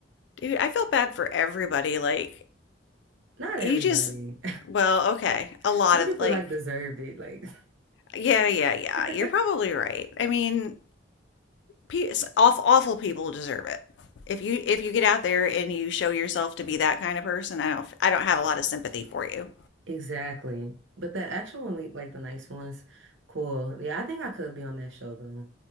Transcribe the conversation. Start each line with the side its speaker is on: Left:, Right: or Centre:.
Left: Dude, I felt bad for everybody like
Right: <laughs> Not
Left: you
Right: everybody.
Left: just well okay
Right: <laughs>
Left: a lot
Right: Some
Left: of
Right: people
Left: like
Right: like deserved it, like
Left: yeah yeah yeah
Right: <laughs>
Left: you're probably right i mean pe- awful, awful people deserve it if you if you get out there and you show yourself to be that kind of person i don't i don't have a lot of sympathy for you
Right: exactly. But the actual one, like like the nice ones, cool. Yeah, I think I could be on that show though.